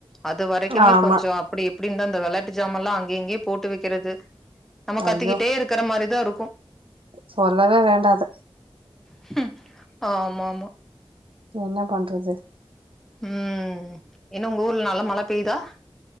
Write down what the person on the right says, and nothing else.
ஆமா
ஐயோ
சொல்லவே வேண்டா அது
என்ன பண்றது